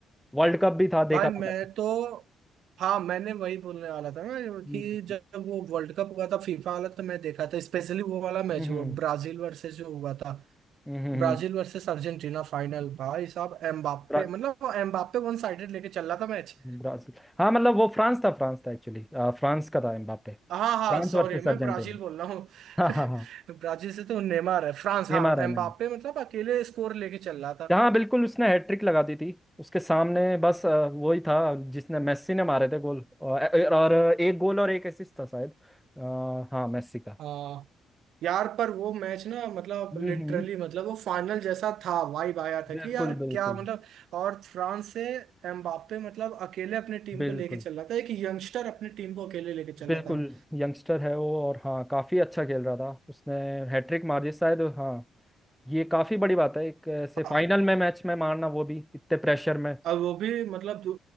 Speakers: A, in the centre; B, on the right.
A: वर्ल्ड कप भी था देखा
B: भाई
A: था
B: मैं
A: मैंने
B: तो हाँ मैंने वही बोलने वाला था ना
A: हम्म
B: कि जब वो वर्ल्ड कप हुआ था फीफा वाला तो मैं देखा था स्पेशली वो वाला मैच
A: हम्म
B: हुआ
A: हम्म
B: ब्राजील वर्सेस जो हुआ था
A: हम्म, हम्म। हम्म।
B: ब्राजील वर्सेस अर्जेंटीना फाइनल भाई साहब एम्बाप्पे
A: ब्रा-
B: मतलब वो एम्बाप्पे वन साइडेड लेके चल रहा था मैच
A: ब्राजील हाँ मतलब वो फ्रांस था फ्रांस था एक्चुअली फ्रांस का था एम्बाप्पे फ्रांस
B: हाँ हाँ सॉरी
A: वर्सेस
B: मैं
A: अर्जेंटीना
B: ब्राजील बोल रहा हूँ
A: <laughs> हाँ हाँ
B: <laughs>
A: हाँ।
B: ब्राजील से तो नेमार है फ्रांस
A: नेमार
B: हाँ
A: है
B: एम्बाप्पे
A: मैंने
B: मतलब अकेले स्कोर लेके चल रहा था
A: जहाँ बिल्कुल उसने हैट्रिक लगा दी थी उसके सामने बस अ, वही था जिसने मेस्सी ने मारे थे गोल और, और एक गोल और एक असिस्ट था शायद अ, हाँ मेस्सी का
B: हाँ यार पर वो मैच ना मतलब
A: हम्म
B: लिटरली
A: हम्म,
B: मतलब वो फाइनल जैसा था वाइब आया था
A: बिल्कुल
B: कि यार
A: बिल्कुल
B: क्या मतलब और फ्रांस से एम्बाप्पे मतलब अकेले अपने टीम
A: बिल्कुल
B: को लेके चल रहा था एक यंगस्टर अपनी टीम को अकेले लेके चल
A: बिल्कुल
B: रहा था
A: यंगस्टर है वो और हाँ काफी अच्छा खेल रहा था उसने हैट्रिक मार दी शायद हाँ ये काफी बड़ी बात है एक ऐसे
B: हाँ,
A: फाइनल में मैच में मारना वो भी इतने प्रेशर में
B: अब वो भी मतलब दु,